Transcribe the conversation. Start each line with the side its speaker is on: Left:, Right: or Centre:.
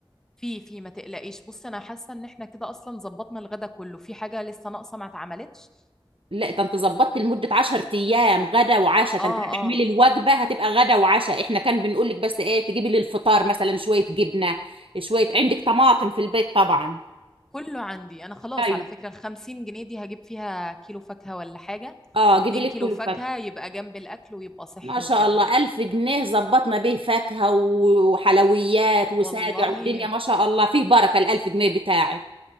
Centre: في في ما تقلقيش بص انا حاسه ان احنا كده اصلا ظبطنا الغدا كله في حاجه لسه ناقصه ما اتعملتش
Right: لا ده انت ظبطت لمدة 10 ايام غدا وعشاء
Centre: اه
Right: ده انت هتعملي
Centre: اه
Right: الوجبة هتبقى غدا وعشاء احنا كان بنقول لك بس ايه تجيبي لي الفطار مثلا شوية جبنة شوية عندك طماطم في البيت طبعا
Centre: كله عندي انا خلاص
Right: طيب
Centre: على فكره الخمسين جنيه دي هجيب فيها كيلو فاكهه ولا حاجه
Right: اه
Centre: اتنين
Right: جيبي
Centre: كيلو
Right: لك كله
Centre: فاكهه
Right: فاكهة
Centre: يبقى جنب الاكل ويبقى صحي
Right: ما شاء
Centre: وكده
Right: الله ألف جنيه ظبطنا بيه فاكهة و- وحلويات وساجع
Centre: والله
Right: ودنيا ما شاء الله فيه بركة الألف جنيه بتاعك